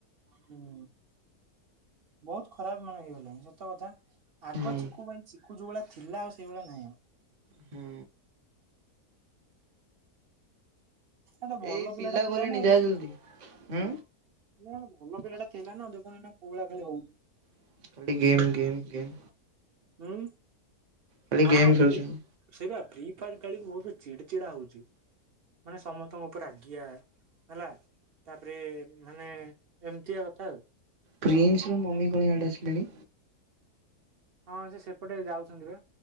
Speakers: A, on the right; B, on the right.
A: ହୁଁ ବହୁତ ଖରାପ ମାନେ ହେଇଗଲାଣି ସତ କଥା ଆଗ
B: ହୁଁ
A: ଚିକୁ ପାଇଁ ଚି କୁ ଯୋଉ ଭଳିଆ ଥିଲା ଆଉ ସେଇ ଭଳିଆ ନାହିଁ ଆଉ।
B: ହୁଁ।
A: ସେଟାଭଲ
B: ଏଇ ପିଲା
A: ପିଲାଟା ଥିଲା
B: ଗଲେଣି
A: ନା
B: ଯା
A: ଦେଖୁନ
B: ଜଲ୍ଦି। ହୁଁ
A: କଣ ଭଲ ପିଲାଟା ଥିଲା ନା ଦେଖୁନ ଏଇନା କୋଉ ଭଳିଆ ଖାଲି ହଉ
B: <inaudible> ଗେମ ଗେମ ଗେମ
A: ହୁଁ।
B: ଖାଲି
A: ହଁ
B: ଗେମ୍ ଖେଳୁଛନ୍ତି।
A: ସି ସେଇ ବା ପ୍ରିଫର ଖେଳିକି ବହୁତ ଚିଡି ଚିଡା ହଉଛି ମାନେ ସମସ୍ତଙ୍କ ଉପରେ ରାଗ ଗିଆ ହେଲା ତାପରେ ମାନେ ଏମତିଆ କଥା ଆଉ।
B: ପ୍ରିନ୍ସର ମମି କଣ ଇଆଡେ ଆସିଲେଣି।
A: ହଁ ସେ ସେପଟେ ଯାଉଛନ୍ତି ବା।